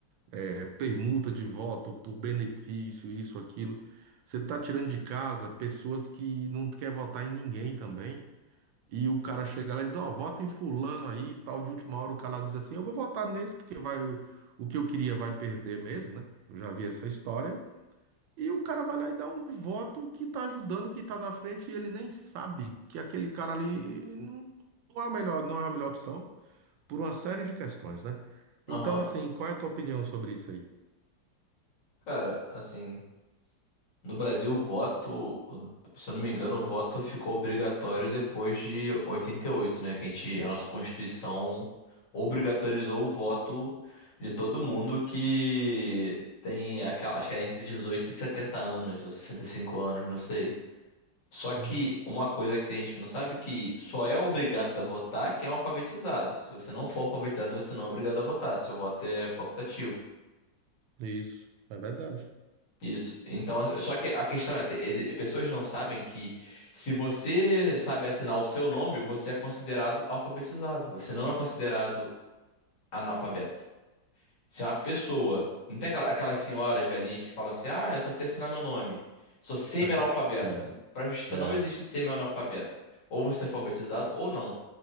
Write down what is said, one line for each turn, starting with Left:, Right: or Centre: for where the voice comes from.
Right: é, permuta de voto por benefício, isso, aquilo. Você tá tirando de casa pessoas que não quer votar em ninguém também. E o cara chega lá e diz, ó, vota em fulano aí e tal, de última hora o cara lá diz assim, eu vou votar nesse porque vai o que eu queria vai perder mesmo, né? Eu já vi essa história. E o cara vai lá e dá um voto que tá ajudando, que tá na frente e ele nem sabe que aquele cara ali não não é o melhor, não é a melhor opção por uma série de questões, né?
Left: Aham.
Right: Então, assim, qual é a tua opinião sobre isso aí?
Left: Cara, assim, no Brasil o voto, uh, se eu não me engano, o voto ficou obrigatório depois de 88, né? Que a gente, a nossa Constituição obrigatorizou o voto de todo mundo que tem, aquela- acho que é entre 18 e 70 anos, ou 65 anos, não sei. Só que
Right: Uhum.
Left: uma coisa que tem gente que não sabe é que só é obrigado a votar quem é alfabetizado. Se você não for alfabetizado, você não é obrigado a votar. Seu voto é facultativo.
Right: Isso, é verdade.
Left: Isso. Então, assim, só que a questão é, exi- pessoas não sabem que se você sabe assinar o seu nome, você é considerado alfabetizado. Você não é considerado analfabeto. Se uma pessoa, não tem aquela- aquelas senhoras velhinhas que falam assim: "Ah, eu só sei assinar meu nome. Sou semi-analfabeto".
Right: <laughs> É,
Left: Para a justiça
Right: é.
Left: não existe semi-analfabeto. Ou você é alfabetizado ou não.